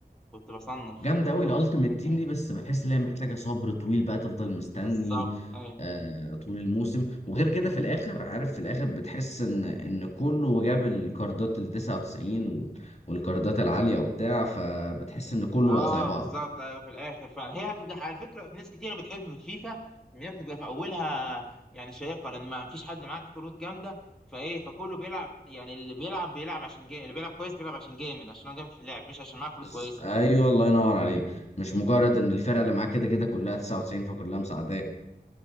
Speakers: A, in the centre; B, on the left.
A: كنت بصنف
B: جامده
A: كنت
B: قوي
A: ببقى
B: الالتيميت
A: بصنف
B: تيم
A: يعني
B: دي بس بحس ان هي محتاجه صبر طويل بقى تفضل مستني
A: بالظبط ايوه
B: آه طول الموسم وغير كده في الاخر عارف في الاخر بتحس ان ان كله جاب الكاردات ال 99 وال- والكاردات العاليه وبتاع فبتحس ان كله
A: اه
B: بقى زي بعض
A: بالظبط ايوه في الاخر فعلا هي هتبقى على فكره ناس كتير بتحب في فيفا ان هي بتبقى في اولها يعني شيقه لان ما فيش حد معاك كروت جامده فايه فكله بيلعب يعني اللي بيلعب بيلعب عشان جيم اللي بيلعب كويس بيلعب عشان جامد عشان هو جامد في اللعب مش عشان معاه كروت
B: بس-
A: كويسه
B: ايوه الله ينور عليك مش مجرد ان الفرقه اللي معاك كده كده كلها 99 فكلها مساعداه